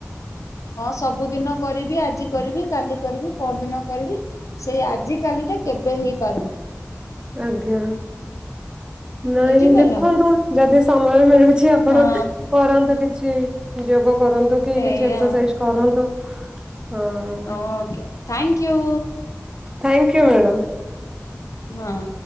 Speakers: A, on the left; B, on the right.
A: ହଁ ସବୁଦିନ କରିବି ଆଜି କରିବି କାଲି କରିବି ପରଦିନ କରିବି ସେଇ ଆଜିକାଲିଟା କେବେ ହେଇପାରୁନି।
B: ଆଜ୍ଞା ନାଇଁ
A: ବୁଝିପାରିଲ।
B: ଦେଖନ୍ତୁ ଯଦି ସମୟ ମିଳୁ କିଛି ଆପଣ
A: ହଁ
B: କରନ୍ତୁ କିଛି ଯୋଗ କରନ୍ତୁ। କିଛି
A: ଏଇଆ
B: ଏକ୍ସରସାଇଜ୍
A: ଆଉ।
B: କରନ୍ତୁ ହଁ।
A: Okay thank you
B: thank you madam.
A: ହଁ।